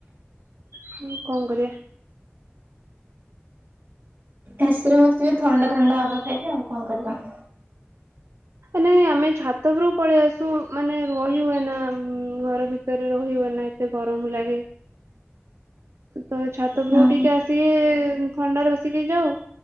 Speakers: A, on the right (about 75°); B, on the right (about 55°).
A: ହୁଁ କଣ କରିବା।
B: ଏ ସିରେ ବସିବେ ଥଣ୍ଡା
A: ଆଉ
B: ଥଣ୍ଡା
A: କଣ
B: ହବା
A: କୁହ
B: ଖାଇବି ଆଉ କଣ କରିବା।
A: ନାଇଁ ଆମେ ଛାତ ଉପରକୁ ପଳେଇ ଆସୁ ମାନେ ରହି ହୁଏନା ଉଁ ଘର ଭିତରେ ରହି ହୁଏନା ଏତେ ଗରମ ଲାଗେ। ତ ଛାତ ଉପରକୁ
B: ହଁ
A: ଟିକେ ଆସିକି ଥଣ୍ଡାରେ ବସି କି ଯାଉ